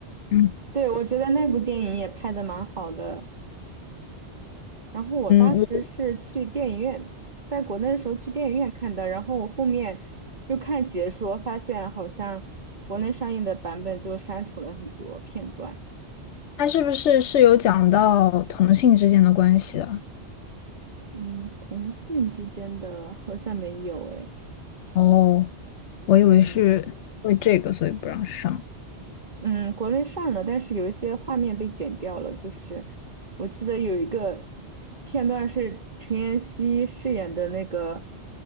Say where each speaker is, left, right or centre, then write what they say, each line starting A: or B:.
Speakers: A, on the left; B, on the right.
A: 嗯
B: 对，我觉得那部电影也拍的蛮好的。然后我当时是去电影院，
A: 嗯，我
B: 在国内的时候去电影院看的，然后我后面又看解说，发现好像国内上映的版本就删除了很多片段。
A: 他是不是是有讲到同性之间的关系的？
B: 嗯，同性之间的好像没有诶。
A: 哦，我以为是因为这个所以不让上。
B: 嗯嗯，国内上了，但是有一些画面被剪掉了。就是我记得有一个片段是陈妍希饰演的那个